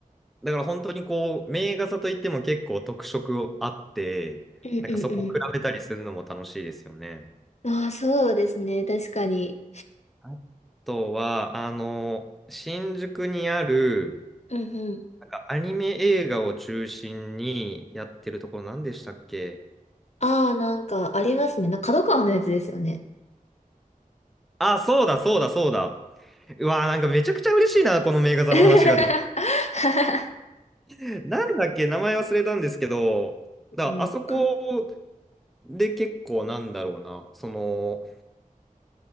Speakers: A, in the centre; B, on the left (about 50°).
A: だから本当にこう、名画座といっても結構特色あって、
B: うんうん
A: なんかそこ比べたりするのも楽しいですよね。
B: うん。ああ、そうですね。確かに。
A: あとは、あの、新宿にある、
B: うんうん。
A: なんかアニメ映画を中心にやってるところ、何でしたっけ
B: ああ、なんかありますね。な、角川のやつですよね。
A: あ、そうだ、そうだ、そうだ。うわー、なんかめちゃくちゃ嬉しいな、この名画座の話ができ
B: <laughs>
A: て。なんだっけ、名前忘れたんですけど、だからあそこ
B: うんか
A: で結構なんだろうな、その、